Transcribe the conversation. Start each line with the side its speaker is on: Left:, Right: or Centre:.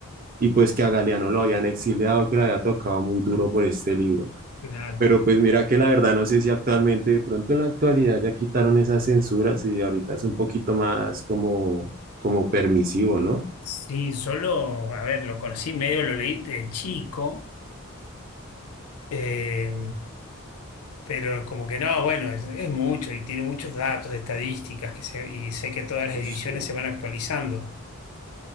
Right: y pues que a Galeano lo habían exiliado, que le había tocado muy duro por este libro.
Left: Claro.
Right: Pero pues mira que la verdad no sé si actualmente, de pronto en la actualidad ya quitaron esas censuras y ahorita es un poquito más como, como permisivo, ¿no?
Left: Sí, solo, a ver, lo conocí medio, lo leí de chico, eh, pero como que no, bueno, es, es mucho y tiene muchos datos, estadísticas, que se, y sé que todas las ediciones
Right: Sí,
Left: se van actualizando,